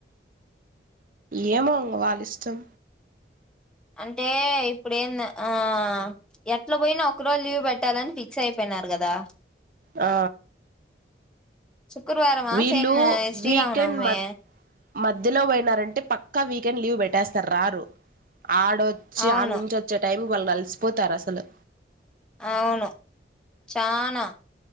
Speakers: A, on the right; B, in the centre.
A: ఏమోంగ వాళ్ళ ఇష్టం
B: అంటే ఇప్పుడేంద ఆ ఎట్ల పోయినా ఒక రోజు లీవ్ పెట్టాలని ఫిక్స్ అయిపోయినారు కదా.
A: ఆ
B: శుక్రవారమా
A: వీళ్ళు
B: సేన్ శ్రీరామనవమి
A: వీకెండ్ మ మధ్యలో పోయినారంటే పక్కా వీకెండ్ లీవ్ పెట్టేస్తారు రారు ఆడొచ్చి
B: అవును
A: ఆడ నుంచి వచ్చే టైం వళ్ళు కలిసిపోతారు అసలు
B: అవును చానా